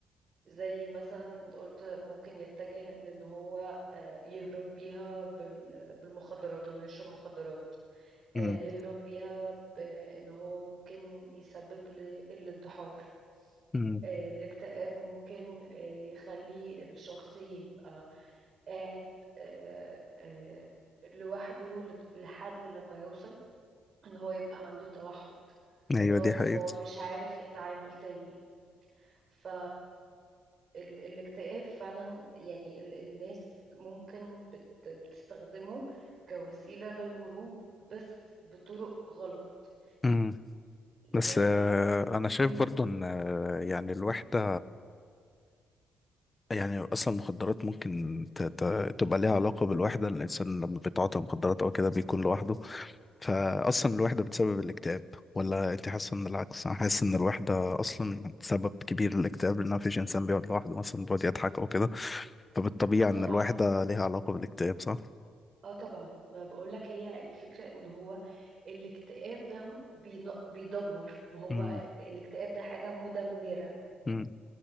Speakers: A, on the right (about 50°); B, on the left (about 25°).
A: زي مثلا انت قلت ممكن يتجه لان هو آه، يهرب بيها بال- بالمخدرات انه يشرب مخدرات آه،
B: مم.
A: يهرب بيها بان هو ممكن يسبب للانتحار
B: مم.
A: آه، الاكتئاب ممكن آه، يخلي الشخص يبقى قاعد آه، آه، لوحده لد- لحد لما يوصل ان هو يبقى عنده توحد
B: أيوة
A: خلاص
B: دي حقيقة
A: هو مش عارف يتعامل تاني ف ال- الاكتئاب فعلا يعني ال الناس ممكن بت بتستخدمه كوسيلة للهروب بس بطرق غلط
B: مم.
A: يعني
B: بس آه
A: آه،
B: أنا شايف
A: م،
B: برضو إن آه يعني الوحدة يعني اصلا المخدرات ممكن ت- ت- تبقى ليها علاقه بالوحده الانسان لما بيتعاطى مخدرات او كده بيكون لوحده فاصلا الوحده بتسبب الاكتئاب ولا انت حاسه ان العكس انا حاسس ان الوحده اصلا سبب كبير للاكتئاب لان مفيش انسان بيقعد لوحده مثلا بيقعد يضحك او كده فبالطبيعه
A: اه طبعا
B: ان الوحده ليها علاقه بالاكتئاب صح
A: اه طبعا ما بقولك هي الفكرة ان هو الاكتئاب ده بين- بيدمر ما هو
B: امم
A: الاكتئاب ده حاجة مدمرة
B: امم